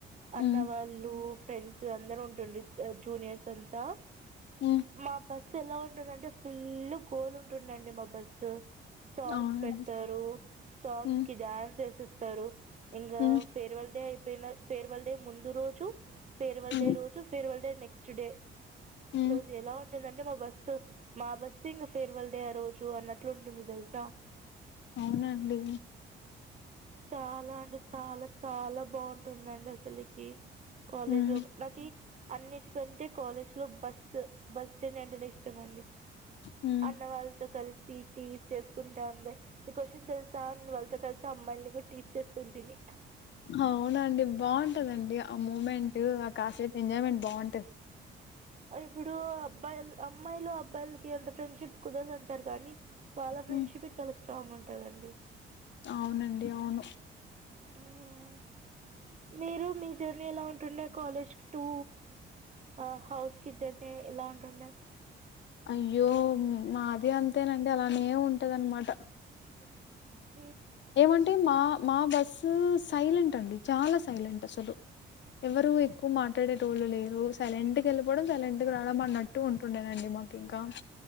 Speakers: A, on the right; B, on the left.
A: అన్న
B: హ్మ్
A: వాళ్ళు ఫ్రెండ్స్ అందరు ఉంటుండే జూనియర్స్ అంతా
B: హ్మ్
A: మా బస్సు ఎలా ఉంటుందంటే ఫుల్ గోల్ ఉంటుందండి మా బస్సు సాంగ్స్
B: అవునండి
A: పెడతారు సాంగ్స్
B: హ్మ్
A: కి డాన్స్ వేసేస్తారు ఇంకా
B: హ్మ్
A: ఫేర్వెల్ డే అయిపోయిన ఫేర్వెల్ డే ముందు రోజు ఫేర్వెల్
B: హ్మ్
A: డే రోజు ఫేర్వెల్ డే నెక్స్ట్ డే
B: హ్మ్
A: రోజు ఎలా ఏంది అంటే మా బస్సు మా బస్సే ఇంగా ఫేర్వెల్ డే ఆ రోజు అన్నట్లు ఉంటుంది తెలుసా
B: అవునండి
A: చాలా అంటే చాలా చాలా బాగుంటుందండి అసలుకి కాలేజ్
B: హ్మ్
A: నాకి అన్నిటికంటే కాలేజ్ లో బస్సు బస్సు జర్నీ అంటేనే ఇష్టమ అండి
B: హ్మ్
A: అన్నవాళ్ళతో కలిసి టీస్ చేసుకుంటా అంద్ మీకో విషయం తెలుసా అన్న వాళ్ళతో కలిసి అమ్మాయిల్ని కూడా టీస్ చేస్తుంటిమి
B: అవునండి బావుంటదండి ఆ మూమెంట్ ఆ కాసేపు ఎంజాయ్మెంట్ బాగుంటాది
A: ఇప్పుడు అబ్బాయిలు అమ్మాయిలు అబ్బాయిలకి అంత ఫ్రెండ్షిప్ కుదరదు అంటారు కానీ వాళ్ళ ఫ్రెండ్
B: హ్మ్
A: షిప్ ఏ చాలా స్ట్రాంగ్ ఉంటాదండి
B: అవునండి అవును
A: హ్మ్. మీరు మీ జర్నీ ఎలా ఉంటుండే కాలేజ్ టూ ఆ హౌస్ కి జర్నీ ఎలా ఉంటుండే
B: అయ్యో మాది అంతేనండి అలానే ఉంటాద అనమాట
A: <inaudible> ఎక్కడ
B: ఏమంటే మా మా బస్సు సైలెంట్ అండి చాలా సైలెంట్ అసలు ఎవరు ఎక్కువ మాట్లాడేటోళ్ళు లేరు సైలెంట్ వెళ్ళిపోవడం సైలెంట్ గా రావడం అన్నట్టు ఉంటుండేనండి మాకు ఇంకా